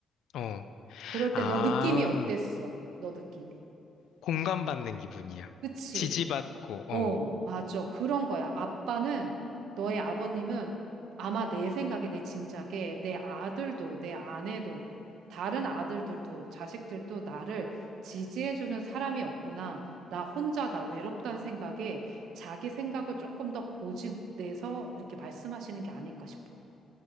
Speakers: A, on the left (about 75°); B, on the right (about 80°).
A: 어.
B: 그럴 때
A: 아,
B: 너 느낌이 어땠어? 너 느낌이.
A: 공감받는 기분이야.
B: 그치?
A: 지지받고,
B: 어,
A: 어.
B: 맞아. 그런 거야. 아빠는, 너의 아버님은 아마 내 생각에, 내 짐작에, 내 아들도, 내 아내도, 다른 아들들도, 자식들도 나를 지지해주는 사람이 없구나. 나 혼자다, 외롭다는 생각에 자기 생각을 조금 더 고집내서 이렇게 말씀하시는 게 아닐까 싶어.